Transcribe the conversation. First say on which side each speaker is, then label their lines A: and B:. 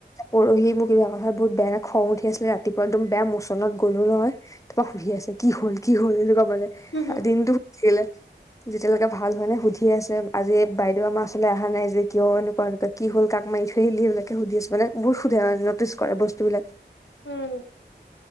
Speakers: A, on the left; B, on the left.
A: পৰহি মোক কিবা কথা বহুত বেয়া এ খং উঠি আছিলে ৰাতিপুৱা একদম বেয়া মোচনত গ'লো নহয় তাৰপৰা শুহি আছে কি হ'ল কি হ'ল এনেকুৱা মানে
B: হুম হুম
A: দিনতটো শুধিলে যেতিয়ালৈকে ভাল হয় নে সুধি আছে আজি বাইদেউ আমাৰ আচলতে অহা নাই যে কিয় এনেকুৱা এনেকুৱা কি হ'ল কাক মাৰি থৈ আহিলি এইবিলাকে সুধি আছে মানে বু সুধে মানে নটিছ কৰে বস্তু বিলাক।
B: উম